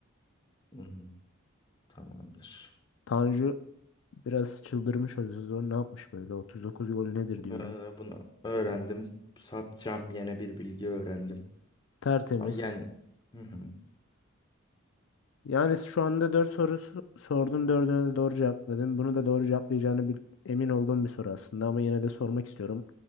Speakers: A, on the left; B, on the left.
A: Hmm, tamamdır.
B: Tanju biraz çıldırmış o sezon. Ne yapmış böyle? 39 gol nedir
A: Ee,
B: diyorum.
A: Bunu öğrendim. Satacağım yine bir bilgi öğrendim.
B: Tertemiz.
A: Ama yani hı hı.
B: Yani şu anda 4 sorusu sordum. Dördüne de doğru cevapladın. Bunu da doğru cevaplayacağını bil- emin olduğum bir soru aslında ama yine de sormak istiyorum.